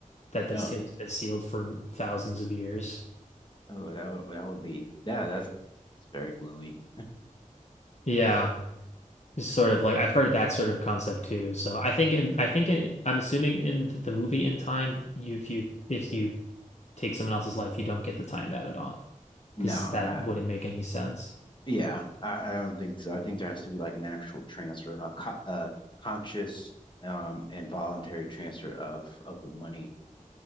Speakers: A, on the left; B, on the left.
A: that this
B: No.
A: tomb's been sealed for thousands of years.
B: Oh, that would that would be yeah. That's it's very gloomy.
A: Yeah. It's sort of like I've heard of that sort of concept too. So I think in I think in I'm assuming in the movie in time, you if you if you take someone else's life, you don't get the time added on.
B: No,
A: because that
B: not
A: wouldn't make any sense.
B: yeah. I, I don't think so. I think there has to be like an actual transfer, a, co a conscious um and voluntary transfer of of the money